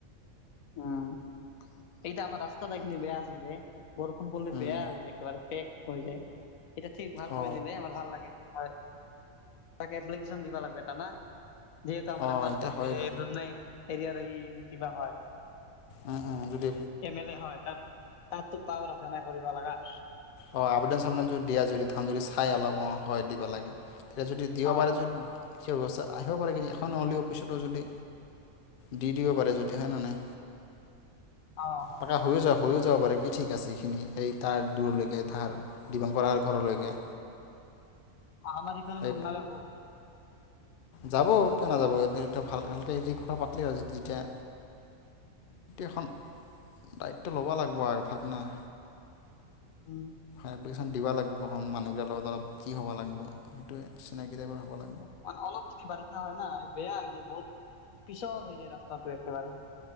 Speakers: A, on the left; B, on the left.
A: উম, এইটা আমাৰ ৰাস্তাটো এইখিনি বেয়া আছিল যে। বৰষুণ পৰলে
B: উম
A: বেয়া হৈ যায় একেবাৰে পেক হৈ যায়। এতিয়া ঠিক ভাল
B: অ
A: কৰি দিলে আমাৰ ভাল লাগে। হয়, তাক এপ্লিকেশ্যন দিবা লাগিব এটা না? যিহেতু আমাৰ
B: অ
A: আমাৰ
B: এতিয়া
A: এ
B: হয় ৰ
A: দুধনৈ এৰিয়াৰ ই কিবা হয়।
B: উম উম যদি
A: এম এল এ হয়। তাৰতো পাৱাৰ আছে নাই কৰিব লাগা।
B: অ', আমনে চামনে দিয়া যদি তেওঁ যদি চাই অলপ অ' হয় দিব লাগে। তেতিয়া যদি দিব
A: অ',
B: পাৰে যদি সেই ব্যৱস্থা আহিব পাৰে কিন্তু এখন হ'লেও অফিচতো যদি দি দিব পাৰে, যদি হয়নে নাই?
A: অ'
B: মানে হৈও যাব হৈও যাব বাৰু কি ঠিক আছে এইখিনি এই তাৰ দূৰলৈ ধাৰ ডিবং পাৰাৰ ঘৰলৈকে।
A: আমাৰ <unintelligible>
B: এই যাব কিয় নাযাব ভাল ভালকে হৰি কথা পাতিলে আৰু তেতিয়া। এখন দায়িত্ব ল'ব লাগিব <unintelligible>
A: উম।
B: এপ্লিকেশন দিবা লাগব মানুহবিলাকৰ লগত অলপ কি হ'ব লাগিব সেইটো চিনাকি টাইপৰ হ'ব ল
A: মানে অলপ যদি বাৰিষা হয় না বেয়া হয় যায় বহুত পিছল হৈ যায় ৰাস্তাটো একেবাৰে।